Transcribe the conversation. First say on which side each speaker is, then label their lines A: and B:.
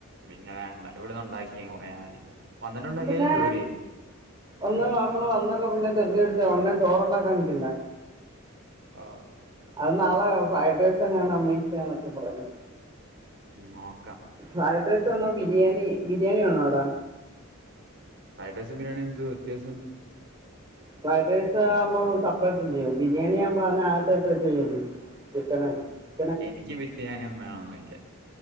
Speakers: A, on the right; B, on the right.
A: പിന്നെ വേണ്ട ഇവിടന്ന് ഉണ്ടാക്കിയങ് പോയാ മതി വന്നിട്ടുണ്ടാക്കിയാലും
B: പിന്നെ
A: പോരെ
B: ഒന്ന് നമ്മള് വന്നൊക്കെ പിന്നെ തൃതിപിടിച്ച പിന്നെ ചോറുണ്ടാക്കാൻ നിിക്കണ്ടെ
A: ആ
B: അത് നാളെ ഫ്രൈഡ് റൈസ് എങ്ങെന്നാ മെഡിക്കാനൊക്കെ പറയുന്നെ
A: ഉം നോക്കാ
B: ഫ്രൈഡ് റൈസ് വേണോ ബിരിയാണി ബിരിയാണി വേണോടാ
A: ഫ്രൈഡൈസ് ബിരിണി ന്ത്‌ വ്യത്യസന്ത്‌
B: ഫ്രൈഡ് റൈസ് ആവുമ്പോ സപ്പറേറ്റല്ലേ ബിരിയാണി ആകുമ്പോൾ അതിനകത്ത്ട്ട് ചെയ്യല്ലേ കുട്ടൻണ്ടോ
A: എനിക്ക് ബിരിയാണിയൊന്നും വണന്നില്ല